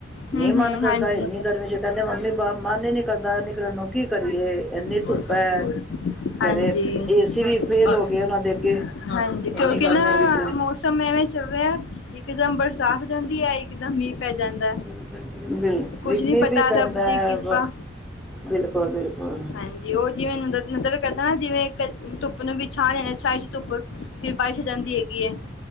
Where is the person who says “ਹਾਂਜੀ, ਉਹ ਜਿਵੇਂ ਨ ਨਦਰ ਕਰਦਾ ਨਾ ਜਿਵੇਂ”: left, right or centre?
Left